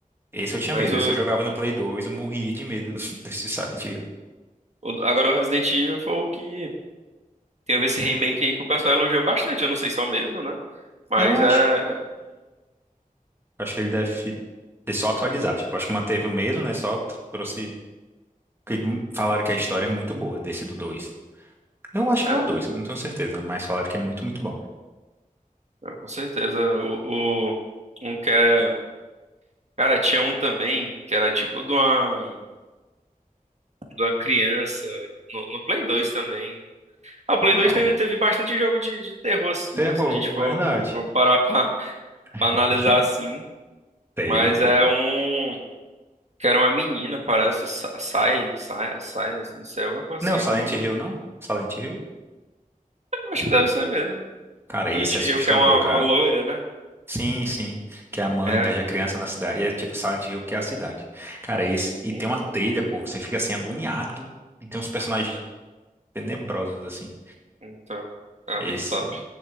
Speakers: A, on the right (about 15°); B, on the right (about 50°).
A: esse eu tinha
B: Mas
A: medo,
B: o,
A: esse eu jogava no Play 2, eu morria de medo <laughs> desse Silent Hill.
B: o- Agora o Resident Evil foi o que. Tem a ver esse remake aí que o pessoal elogiou bastante. Eu não sei se é o mesmo, né? Mas
A: Eu acho.
B: é.
A: Acho que ele deve ter só atualizado. Tipo, acho que manteve o mesmo, né? Só t- trouxe. Porque falaram que a história é muito boa desse do 2. Eu acho
B: É,
A: que é o 2. eu não tenho certeza, mas falaram que é muito, muito bom.
B: é, com certeza. O, o- um que é. Cara, tinha um também que era tipo de uma, de uma criança. No, no Play 2 também. Ah, o Play
A: Qual?
B: 2 teve, teve bastante jogo de, de terror, assim,
A: Terror,
B: né? Se a gente for,
A: verdade.
B: for parar pra, <laughs>
A: <laughs>
B: pra analisar assim.
A: Teve,
B: Mas
A: pô.
B: é um. Que era uma menina, parece. Sa- Silent, Si- Silence, não sei, alguma coisa
A: Não,
B: assim.
A: é o Silent
B: Algum...
A: Hill, não? Silent Hill?
B: Eu acho que deve ser mesmo.
A: Cara, esse
B: Silent
A: é assustador,
B: Hill, que é uma,
A: cara.
B: uma loira, né?
A: Sim, sim. Que a mãe
B: É.
A: perde a criança na cidade. E é tipo Silent Hill que é a cidade. Cara, esse. E
B: Uhum.
A: tem uma trilha, pô. Você fica assim, agoniado. E tem uns personagens tenebrosos, assim.
B: Então. É
A: Esse.
B: muito top.